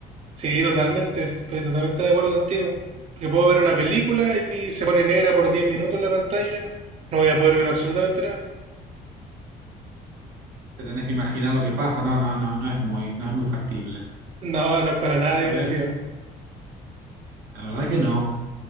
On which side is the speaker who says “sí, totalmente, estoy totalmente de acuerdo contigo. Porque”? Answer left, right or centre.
Right